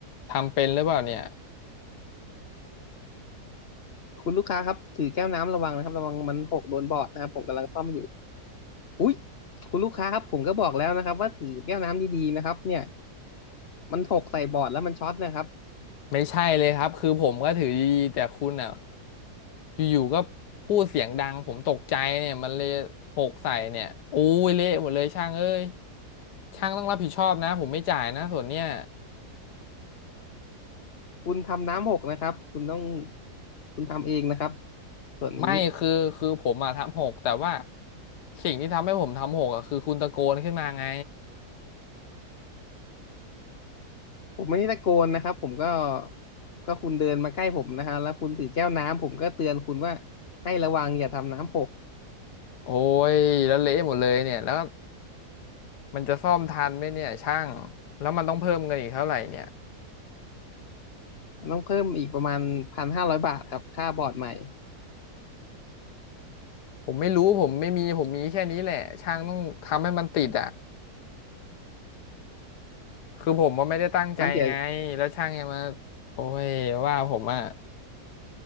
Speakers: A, on the left (about 80°); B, on the left (about 45°).
A: ทำเป็นหรือเปล่าเนี่ย
B: คุณลูกค้าครับถือแก้วน้ำระวังนะครับระวังมันหกโดนบอร์ดนะครับผมกำลังซ่อมอยู่อุ๊ยคุณลูกค้าครับผมก็บอกแล้วนะครับว่าถือแก้วน้ำดีๆนะครับเนี่ยมันหกใส่บอร์ดแล้วมันช็อตนะครับ
A: ไม่ใช่เลยครับคือผมก็ถือดีๆแต่คุณอ่ะอยู่ๆก็พูดเสียงดังผมตกใจเนี่ยมันเลยหกใส่เนี่ยอู้ยเละหมดเลยช่างเอ้ยช่างต้องรับผิดชอบนะผมไม่จ่ายนะส่วนเนี่ย
B: คุณทำน้ำหกนะครับคุณต้องคุณทำเองนะครับส่วนนี้
A: ไม่คือคือผมอ่ะทำหกแต่ว่าสิ่งที่ทำให้ผมทำหกอะคือคุณตะโกนขึ้นมาไง
B: ผมไม่ได้ตะโกนนะครับผมก็ก็คุณเดินมาใกล้ผมนะฮะแล้วคุณถือแก้วน้ำผมก็เตือนคุณว่าให้ระวังอย่าทำน้ำหก
A: โอ้ยแล้วเละหมดเลยเนี่ยแล้วมันจะซ่อมทันไหมเนี่ยช่างแล้วมันต้องเพิ่มเงินอีกเท่าไหร่เนี่ย
B: มันต้องเพิ่มอีกประมาณพันห้าร้อยบาทครับค่าบอร์ดใหม่
A: ผมไม่รู้ผมไม่มีผมมีแค่นี้แหละช่างต้องทำให้มันติดอ่ะคือผมว่าไม่ได้ตั้งใจไงแล้วช่างยังมา
B: อันเดี๋ยว
A: โอ้ยว่าผมอ่ะ